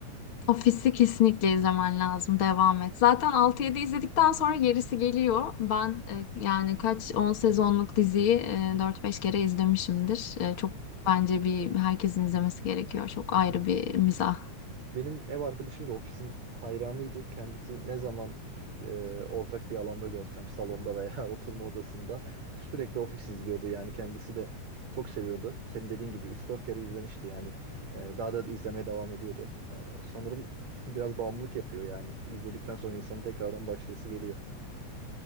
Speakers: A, on the left; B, on the right.
A: Office'i kesinlikle izlemen lazım. Devam et. Zaten altı yedi izledikten sonra gerisi geliyor. Ben e, yani kaç 10 sezonluk diziyi e, 4-5 kere izlemişimdir. E, çok bence bir herkesin izlemesi gerekiyor. Çok ayrı
B: <laughs>
A: bir mizah
B: Benim ev arkadaşım da ofisin hayranıydı. Kendisi ne zaman e, ortak bir alanda görsem salonda veya <laughs> oturma odasında sürekli ofis izliyordu. Yani kendisi de çok seviyordu. Senin dediğin gibi üç dört kere izlemişti yani. E, daha da izlemeye devam ediyordu. E, sanırım biraz bağımlılık yapıyor yani. izledikten sonra insanın tekrardan başlayası geliyor.